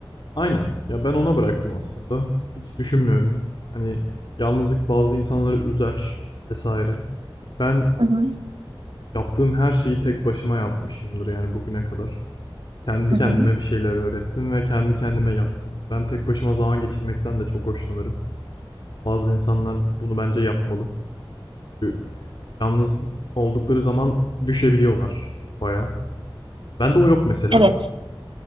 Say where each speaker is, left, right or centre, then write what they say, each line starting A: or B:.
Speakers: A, on the left; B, on the right.
A: aynen. Ya ben ona bıraktım aslında. Hiç düşünmüyorum. Hani yalnızlık bazı insanları üzer vesaire. Ben
B: Hı hı.
A: yaptığım her şeyi tek başıma yapmışımdır yani bugüne kadar. Kendi
B: Hı hı.
A: kendime bir şeyler öğrettim ve kendi kendime yaptım. Ben tek başıma zaman geçirmekten de çok hoşlanırım. Bazı insanlar bunu bence yapmalı. Çünkü yalnız oldukları zaman düşebiliyorlar baya. Bende o yok mesela.
B: Evet.